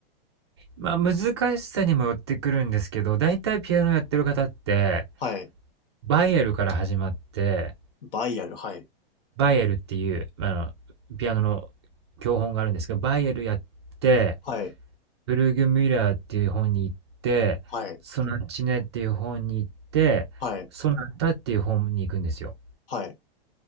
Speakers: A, on the right; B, on the left.
A: まあ、難しさにもよってくるんですけど、だいたいピアノやってる方って、
B: はい。
A: バイエルから始まって、
B: バイアル、はい。
A: バイエルっていう、あの、ピアノの教本があるんですけど、バイエルやって、
B: はい。
A: ブルーグ・ミュラーっていう本に行って、
B: はい。
A: ソナチネっていう本に行って、
B: はい。
A: ソナタっていう本に行くんですよ。
B: はい。